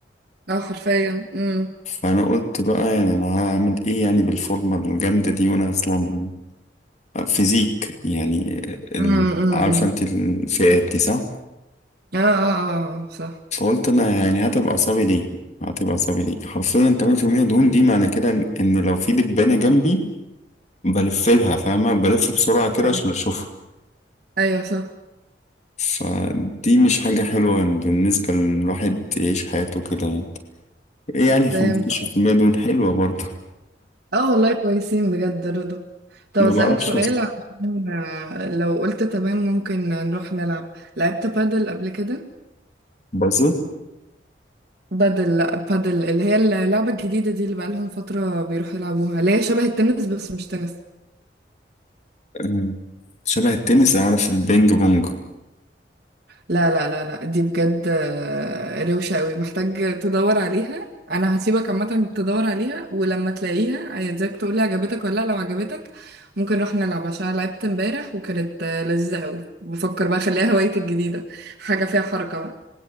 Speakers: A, on the right; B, on the left.
A: اه حرفيا امم
B: فأنا قلت بقى يعني أنا هعمل إيه يعني بالفورمة الجامدة دي وأنا أصلا فيزيك يعني ال-
A: امم
B: عارفة انت الفئات دي صح؟
A: اه اه اه آه، صح
B: فقلت انا يعني هتبقى اعصابي ليه؟ هتبقى اعصابي ليه؟ حرفيا 8% دهون دي معنى كده ان إن لو في دبانة جنبي بلف لها فاهمة؟ بلف بسرعة كده
A: ايوه
B: عشان اشوفها
A: أيوة صح
B: فدي مش حاجة حلوة بالنسبة للواحد يعيش حياته كده يعني ايه يعني
A: فهمت
B: 15% دهون حلوة برضه
A: اه والله كويسين بجد رضا
B: <laughs>
A: طب
B: ما
A: اسألك
B: بعرفش
A: سؤال
B: أوصل.
A: عشان آه، لو قلت تمام ممكن نروح نلعب لعبت بادل قبل كده
B: بازل
A: بادل لا بادل اللي هي اللعبة الجديدة دي اللي بقالهم فترة بيروحوا يلعبوها اللي هي شبه التنس بس مش تنس
B: آه، شبه التنس اعرف البينج بونج
A: لا لا لا لا دي بجد آه، روشة قوي محتاج تدور عليها انا هسيبك عامة تدور عليها ولما تلاقيها عايزاك تقولي عجبتك ولا لا لو عجبتك ممكن نروح نلعب عشان أنا لعبت امبارح وكانت آه، لذيذة قوي بفكر بقى اخليها <laughs> هوايتي الجديدة حاجة فيها حركة بقى